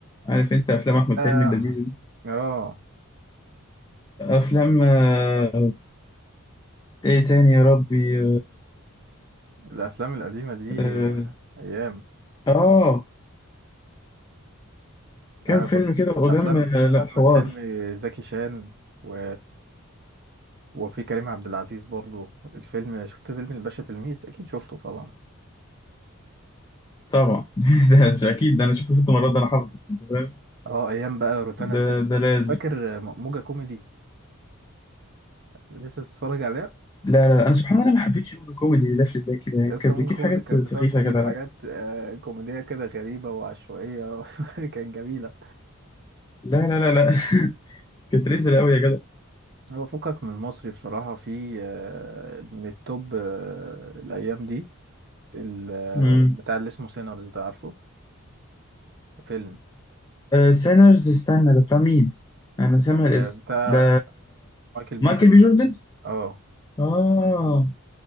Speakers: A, on the left; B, on the right.
A: عارف أنت أفلام أحمد
B: اه
A: حلمي اللذيذة دي
B: اه
A: أفلام آه، إيه تاني يا ربي
B: الافلام القديمة دي
A: آه
B: آه، ايام
A: آه، كام
B: انا
A: فيلم
B: كنت
A: كده قدام
B: افلام
A: آه، لا
B: احمد
A: حوار
B: حلمي زكي شان و... وفي كريم عبد العزيز برضو الفيلم شفت فيلم الباشا تلميذ اكيد شفته طبعا
A: طبعا <laughs> ده ش- اكيد ده انا شفته ست مرات ده انا حافظ انت فاهم
B: اه ايام بقى روتانا
A: ده
B: الست
A: ده لازم
B: فاكر آه، موجة كوميدي لسه بتتفرج عليها
A: لا لا لا انا سبحان الله انا ما حبيتش يوم الكوميدي اللي ده في ده كده يعني
B: يس
A: كانت
B: ممكن
A: بتجيب
B: كوميدي
A: حاجات
B: كانت
A: سخيفه
B: بتقعد تجيب
A: يا جدع
B: حاجات
A: لا
B: آه، كوميدية كده غريبة وعشوائية <laughs> كانت جميلة
A: لا لا لا, لا. <laughs> كانت
B: بس
A: ريزل قوي يا جدع
B: هو فكك من المصري بصراحة في آه، من التوب آه، الأيام دي ال- آه،
A: امم
B: بتاع اللي اسمه سينرز ده عارفه فيلم
A: سينرز استنى ده بتاع مين انا سامع الاسم
B: آه، بتاع
A: ده
B: مايكل بي
A: مايكل
B: جوردن
A: بي جوردن
B: اه
A: اه اه